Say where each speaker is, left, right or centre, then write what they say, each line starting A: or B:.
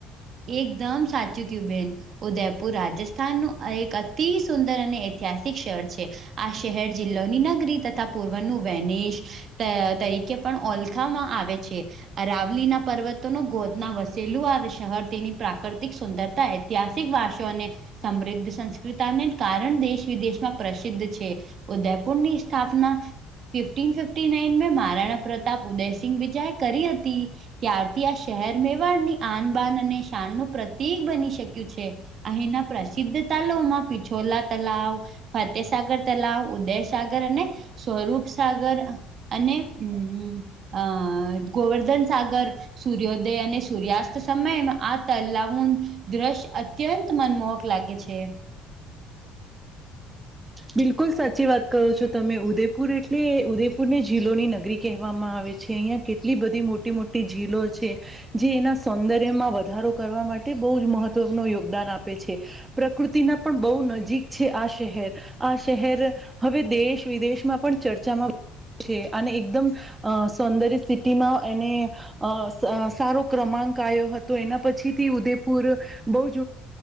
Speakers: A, on the right; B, on the right.
A: એકદમ સાચું થયું બેન. ઉદયપુર રાજસ્થાનનું એક અતિ સુંદર અને ઐતિહાસિક શહેર છે. આ શહેર જિલ્લોની નગરી તથા પૂર્વનું વનેશ અ તરીકે પણ ઓલખવામાં આવે છે. અરાવલીના પર્વતોનો ગોદના વસેલું આવે છે. શહર તેની પ્રાકૃતિક સુંદરતા ઐતિહાસિક વાસો અને સમૃદ્ધ સંસ્કૃતાને કારણ દેશ, વિદેશમાં પ્રસિદ્ધ છે. ઉદયપુરની સ્થાપના ફિફ્ટન ફિફ્ટી નાઈન મેં મહારાણા પ્રતાપ ઉદયસિંહ બીજાએ કરી હતી. ત્યારથી આ શહેર મેવાડની આનબાન અને શાનનું પ્રતિક બની શક્યું છે. અહિના પ્રસિદ્ધ તલાવમાં પિછોલા તલાાવ ફતેસાગર તલાવ, ઉદયસાગર અને સ્વરૂપસાગર અને હમ અ ગોવર્ધન સાગર સૂર્યોદય અને સૂર્યાસ્ત સમય આ તલાવનું દ્રશ્ય અત્યંત મનમોહક લાગે છે.
B: હ. <inaudible> બિલકુલ સાચી વાત કરો છો તમે? ઉદયપુર એટલે ઉદેપુરને જિલ્લોની નગરી કહેવામાં આવે છે, અહિયાં. કેટલી બધી મોટી મોટી ઝીલો છે, જે એના સૌંદર્યમાં વધારો કરવા માટે બહુ જ મહત્ત્વનું યોગદાન આપે છે. પ્રકૃતિના પણ બહુ નજીક છે. આ શહેર આ શહેર હવે, દેશ, વિદેશમાં પણ ચર્ચામાં છે અને એકદમ અ સૌંદર્ય સિટીમાં એને અ અ સારો ક્રમાંક આવ્યો હતો. એના પછીથી ઉદેપુર બહુ જ